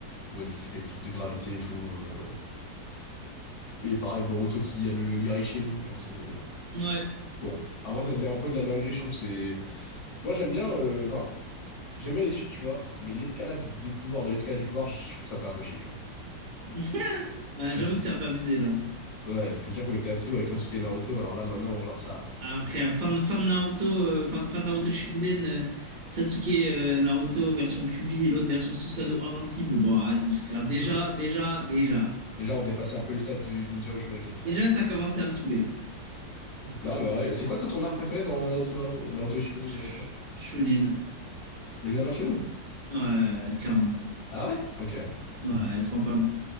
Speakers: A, on the left; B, on the right.
A: où elle fait des trucs de gravité et tout. euh. Et pareil, Boruto qui a le l'Iraishin. Genre c'est...
B: mm, ouais.
A: Bon. Après, ça devient un peu de la dinguerie, je trouve. C'est... Moi, j'aime bien... euh, Enfin, j'aime bien les suites, tu vois. Mais l'escalade du pouvoir, de l'escalade du pouvoir, je trouve ça me fait un peu chier, tu vois.
B: <laughs> Ouais,
A: Parce que
B: j'avoue
A: je-
B: que ça a pas abusé là.
A: Ouais, parce que déjà qu'on était assez haut avec Sasuke et Naruto, alors là, maintenant, genre ça...
B: Après, à fin de, fin de Naruto, euh, fin, fin de Naruto Shippuden, euh, Sasuke euh, Naruto version Kyuubi et l'autre version Susanoo invincible. Bon, vas-y, frère. Déjà,
A: hmm.
B: déjà, déjà.
A: Déjà, on dépassait un peu les stades du ninja au Shuriken, tu
B: Déjà,
A: vois.
B: ça commençait à me saouler.
A: Non, mais ouais. C'est quoi, toi, ton arc préféré dans, dans ton Naruto? Naruto et Shippuden,
B: Sh-
A: euh, combien?
B: Chunin.
A: L'examen de Chunin?
B: Ouais, clairement.
A: Ah ouais? Ok.
B: Ouais, trop incroyable.